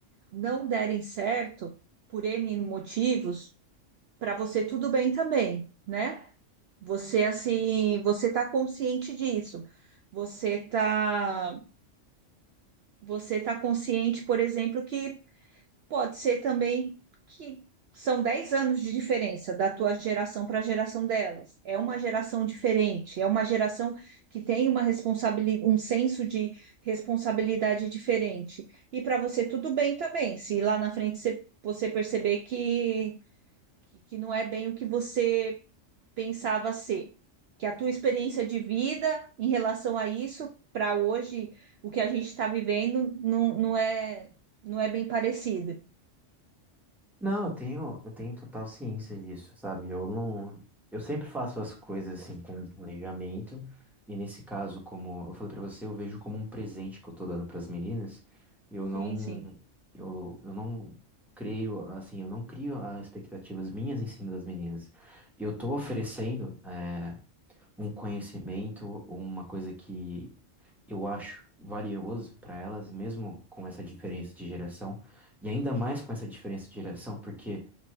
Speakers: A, on the right; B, in the centre.
A: não derem certo por N motivos, para você tudo bem também, né? Você assim, você está consciente disso. Você tá, você tá consciente, por exemplo, que Pode ser também que são 10 anos de diferença da tua geração para a geração delas. É uma geração diferente, é uma geração que tem uma responsabilidade, um senso de responsabilidade diferente. E para você tudo bem também, se lá na frente você, você perceber que, que não é bem o que você pensava ser, que a tua experiência de vida em relação a isso, para hoje, o que a gente está vivendo, não, não é, não é bem parecido.
B: Não, eu tenho, eu tenho total ciência disso, sabe? Eu não, eu sempre faço as coisas assim com planejamento, e nesse caso, como eu falei pra você, eu vejo como um presente que eu tô dando pras meninas. Eu
A: Sim,
B: não,
A: sim,
B: eu, eu não creio, assim, eu não crio ah, expectativas minhas em cima das meninas. Eu tô oferecendo eh, um conhecimento ou uma coisa que eu acho valioso para elas, mesmo com essa diferença de geração, e ainda mais com essa diferença de geração, porque